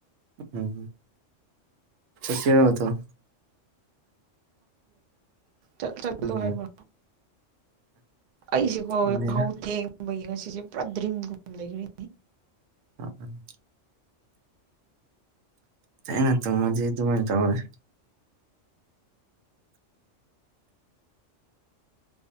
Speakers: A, on the right (about 85°); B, on the right (about 65°).
A: ꯎꯝ ꯆꯁꯤꯗ
B: ꯆ ꯆꯠꯣ
A: ꯎꯝ
B: ꯍꯥꯏꯥꯏꯕꯣ ꯑꯩꯁꯤꯀ
A: ꯎꯅꯤꯅ
B: ꯍꯥꯎ ꯊ ꯩ ꯑꯁꯤꯁꯦ ꯄꯥꯗ꯭ꯔꯤꯒ ꯦꯒ
A: ꯎꯝ ꯎꯝ ꯇꯅꯠꯇ ꯃꯗꯤ ꯑꯗꯨꯃꯥꯏꯅ ꯇꯔꯦ